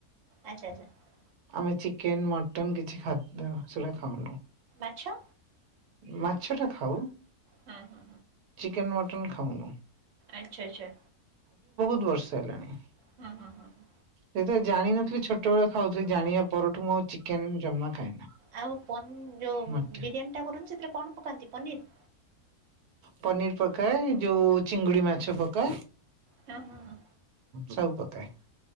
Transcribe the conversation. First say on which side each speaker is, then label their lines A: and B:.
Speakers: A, on the right; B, on the right.
A: ଆଛା ଆଛା ।
B: ଆମେ ଚିକେନ, ମଟନ କିଛି ଖାଦ୍ୟ ସେଟା ଖାଉନୁ ।
A: ଆଛା।
B: ଉଁ ମାଛ ଟା ଖାଉ
A: ହଁ ହଁ
B: ଚିକେନ, ମଟନ ଖାଉନୁ।
A: ଆଛା ଆଛା।
B: ବର୍ଷେ ହେଲାଣି।
A: ହଁ ହଁ ହଁ ହୁଁ।
B: ଯେତୋବେଳେ ଜାଣିନଥିଲି ଛୋଟବେଳେ ଖାଉଥିଲି। ଜାଣିବା ପରଠୁ ମୁଁ ଆଉ ଚିକେନ ଜମା ଖାଏନା।
A: ଆଉ ପନ୍ ଯୋଉ
B: ମଟନ
A: ବିରିୟାନୀ ଟା କରୁନ। ସେଥିରେ କଣ ପକାନ୍ତି ପନିର?
B: ପନିର ପକାଏ ଯୋଉ ଚିଙ୍ଗୁଡି ମାଛ ପକାଏ
A: ହଁ ହଁ ହଁ।
B: ସବୁ ପକା କାଏ।